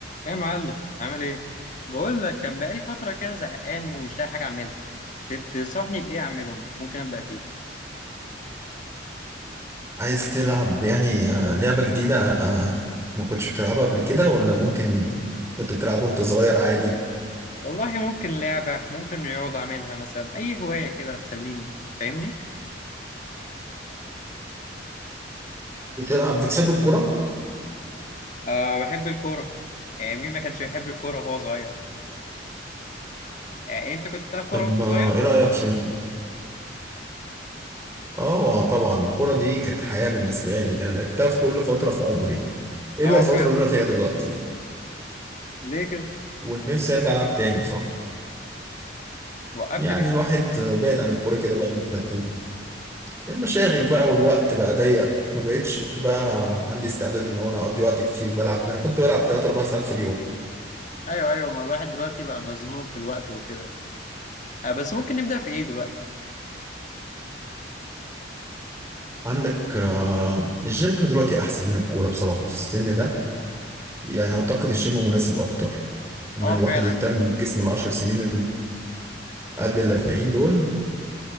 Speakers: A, on the left; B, on the right.
A: يا معلم عامل ايه بقول لك كان بقالي فتره كده زهقان ومش لاقي حاجه اعملها تت- تنصحني بايه اعمله ممكن ابدا فيه
B: عايز تلعب يعني آه، لعبة جديدة آه، ما كنتش بتلعبها قبل كده ولا ممكن كنت بتلعبها وانت صغير عادي
A: والله ممكن لعبه ممكن رياضه اعملها مثلا اي هوايه كده تسليني فاهمني
B: بتلعب بتحب الكرة؟
A: أه بحب الكوره يعني مين ما كانش بيحب الكوره وهو صغير يعني انت كنت بتلعب كوره
B: طب
A: وانت صغير
B: آه، ايه
A: ولا
B: رأيك في اه طبعا الكرة دي كانت حياة بالنسبة لي ده انا لعبتها في كل فترة في عمري إيه
A: اه
B: الا الفترة
A: فعلا
B: اللي انا فيها دلوقتي دي
A: ليه كده
B: ونفسي ارجع العب تاني بصراحة
A: وقفت
B: يعني
A: ليه طيب
B: الواحد آه، بعد عن الكورة كده بقى له سنتين. المشاغل بقى والوقت بقى ضيق ما بقتش بقى عندي استعداد ان هو انا اقضي وقت كتير بلعب ده انا كنت بلعب 3 4 ساعات في اليوم
A: ايوه ايوه ما الواحد دلوقتي بقى مزنوق في الوقت وكده أه بس ممكن نبدا في ايه دلوقتي
B: عندك آه، الجيم دلوقتي احسن من الكوره بصراحه في السن ده يعني اعتقد الجيم مناسب اكتر ان
A: اه
B: الواحد
A: فعلا
B: يهتم بجسمه العشر سنين اللي قبل الاربعين دول